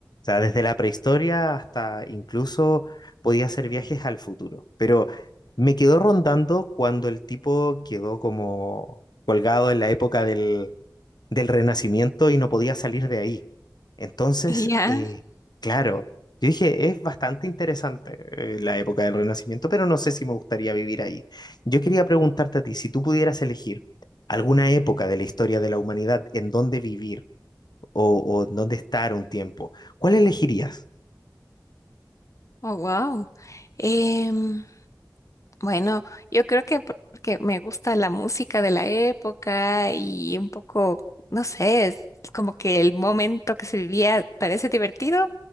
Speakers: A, on the left; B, on the left.
A: sea, desde la prehistoria hasta incluso podía hacer viajes al futuro. Pero me quedó rondando cuando el tipo quedó como colgado en la época del, del Renacimiento y no podía salir de ahí. Entonces,
B: Ya,
A: eh, claro, yo dije, es bastante interesante eh, la época del Renacimiento, pero no sé si me gustaría vivir ahí. Yo quería preguntarte a ti, si tú pudieras elegir alguna época de la historia de la humanidad en donde vivir, o, o dónde estar un tiempo, ¿cuál elegirías?
B: oh, wow. Em, bueno, yo creo que por- porque me gusta la música de la época y un poco, no sé, es como que el momento que se vivía parece divertido,